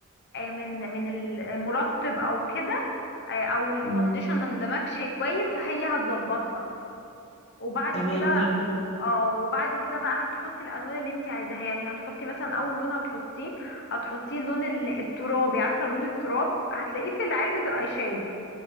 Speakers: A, on the left (about 50°); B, on the left (about 30°).
A: آه، من من المرطب او كده آه، او الفاونديشن
B: مم.
A: ما اندمجش كويس هي هتظبطها وبعد
B: تمام
A: كده
B: ده حلو ده
A: اه وبعد كده بقى هتحطي الالوان اللي انت عايزاها يعني هتحطي مثلا اول لون هتحطيه هتحطيه اللون ال- الترابي عارفه لون التراب هتلاقيه في علبه الاي شادو